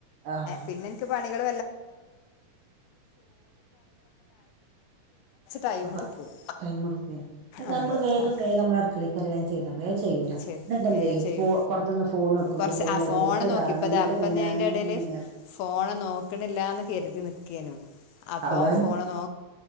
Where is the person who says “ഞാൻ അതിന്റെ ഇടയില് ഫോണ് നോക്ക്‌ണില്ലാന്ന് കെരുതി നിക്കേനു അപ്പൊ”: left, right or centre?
Left